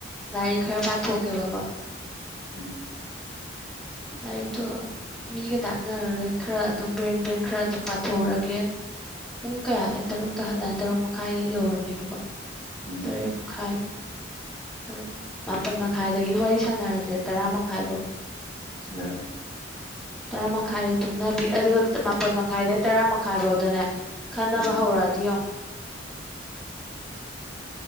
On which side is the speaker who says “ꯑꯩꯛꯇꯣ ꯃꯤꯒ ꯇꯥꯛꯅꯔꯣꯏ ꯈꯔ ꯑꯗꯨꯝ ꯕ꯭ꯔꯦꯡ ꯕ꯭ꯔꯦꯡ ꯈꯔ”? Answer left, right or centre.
Centre